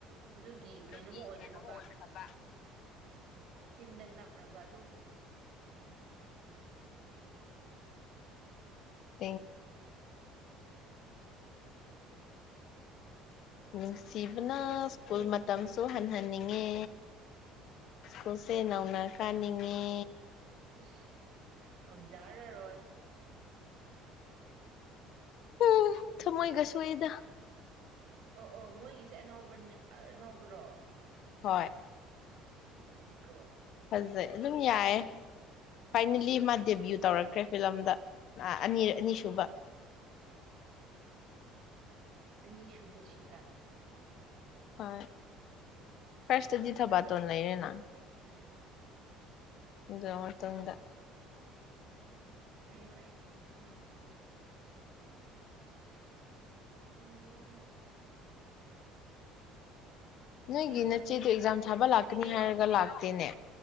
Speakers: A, on the right; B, on the left.
A: ꯑꯗꯨꯒꯤ ꯀꯩꯅꯣꯝꯃ
B: ꯑꯗꯨꯒꯤ
A: ꯑꯣꯏꯈ꯭ꯔꯕ
B: ꯀꯩꯅꯣꯃ ꯑꯣꯏꯈ꯭ꯔꯕ
A: ꯆꯤꯟꯗ ꯅꯞꯔꯕ ꯑꯗꯨꯝ
B: <inaudible>
A: ꯎꯝ
B: ꯅꯨꯡꯁꯤꯕꯅ
A: ꯆꯅꯀꯜꯒꯤ
B: ꯁ꯭ꯀꯨꯜ
A: ꯄꯩꯕꯤ
B: ꯃꯇꯝꯁꯨ
A: ꯍꯧꯔ ꯀꯩꯅꯣ
B: ꯍꯟꯍꯟꯅꯤꯡ ꯉꯦ ꯁ꯭ꯀꯨꯜꯁꯦ ꯅꯧꯅ ꯀꯥꯅꯤꯡꯉꯦ
A: ꯏꯁ ꯉꯝꯖꯔꯔꯣꯏ
B: ꯎꯝ ꯊꯃꯣꯏꯒꯁꯣꯛꯏꯗ
A: ꯑꯣ ꯑꯣ ꯃꯣꯏꯒꯤꯁꯦ ꯑꯅꯥꯎ ꯅꯕ꯭ꯔꯣ <unintelligible>
B: ꯍꯣꯏ
A: ꯏꯁ ꯃꯩꯅꯤꯀꯣ
B: ꯐꯖꯩ ꯑꯗꯨꯝ ꯌꯥꯏ
A: ꯎꯝ
B: ꯐꯥꯏꯅꯂꯤ ꯃꯥ ꯗꯦꯕꯤꯎꯠ ꯇꯧꯔꯛꯈ꯭ꯔꯦ ꯐꯤꯂꯝꯗ ꯑꯅꯤꯔ
A: ꯎꯝ
B: ꯑꯅꯤꯁꯨꯕ
A: ꯑꯅꯤꯁꯨꯨꯕꯁꯤꯗ
B: ꯍꯣꯏ ꯐꯔꯁꯇꯗꯤ ꯊꯕꯥꯇꯣꯟ ꯂꯩꯔꯦꯅ
A: ꯎꯝ
B: <unintelligible>
A: ꯉꯥꯏꯌꯣ ꯑꯩ ꯍꯨꯝ ꯀꯔꯤꯔꯣ
B: ꯅꯣꯏꯒꯤ
A: ꯁꯤꯔꯤꯌꯣ
B: ꯅꯆꯦꯗꯣ ꯑꯦꯛꯖꯥꯝ ꯊꯥꯕ ꯂꯥꯛꯀꯅꯤ
A: ꯁꯤꯔꯤꯌꯣ
B: ꯍꯥꯏꯔꯒ ꯂꯥꯛꯇꯦꯅꯦ